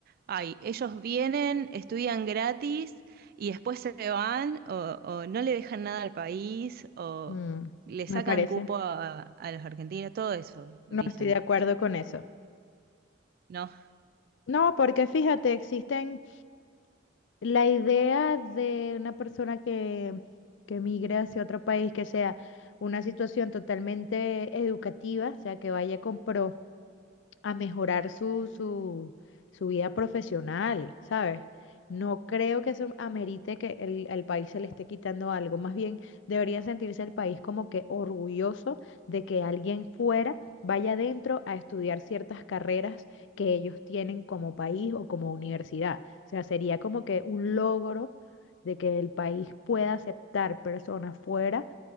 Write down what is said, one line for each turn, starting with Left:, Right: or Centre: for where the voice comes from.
Right: Ay, ellos vienen, estudian gratis y después se van o, o no le dejan nada al país o
Left: Mm,
Right: le
Left: me
Right: sacan
Left: parece.
Right: cupo a, a los argentinos, todo eso, dicen.
Left: No estoy de acuerdo con eso.
Right: No,
Left: No, porque fíjate, existen la idea de una persona que, que migre hacia otro país, que sea una situación totalmente educativa, o sea, que vaya con pro. a mejorar su, su, su vida profesional, ¿sabes? No creo que eso amerite que el, al país se le esté quitando algo. Más bien debería sentirse el país como que orgulloso de que alguien fuera vaya adentro a estudiar ciertas carreras que ellos tienen como país o como universidad. O sea, sería como que un logro de que el país pueda aceptar personas fuera